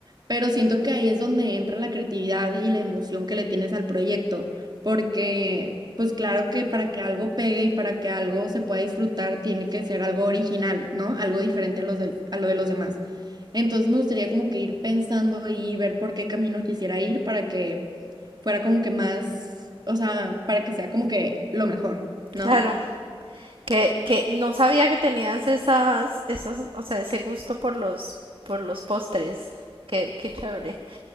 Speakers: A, on the right (about 45°); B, on the right (about 60°).
A: pero siento que ahí es donde entra la creatividad y la emoción que le tienes al proyecto, porque pues claro que para que algo pegue y para que algo se pueda disfrutar tiene que ser algo original, ¿no? Algo diferente a los del- a lo de los demás. Entonces me gustaría como que ir pensando y ver por qué camino quisiera ir para que fuera como que más, o sea, para que sea como que lo mejor,
B: claro.
A: ¿no?
B: Que, que no sabía que tenías esas, esas, o sea, ese gusto por los, por los postres. Qué, qué chévere.